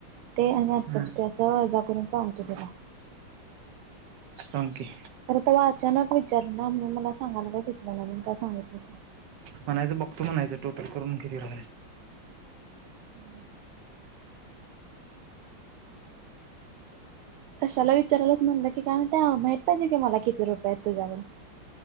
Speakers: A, on the right (about 85°); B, on the right (about 60°).
A: ते आणि आताचं
B: हा
A: ते असतं जां करूंन सांग तुं त्यांला
B: सांग की
A: खरं ते अचांनक विचारं नां म्हणूंन मलां सांगायला कायं सुचलं नाहीं कायं सांगितलं
B: म्हणायचं बघतो म्हणायचं टोटलं करूंन किती रां
A: हम्मं कश्याला विचाराला चं म्हटलं की कायं माहित पाहिजे की मलां किती रुपये आहेतं त्यांझ्याड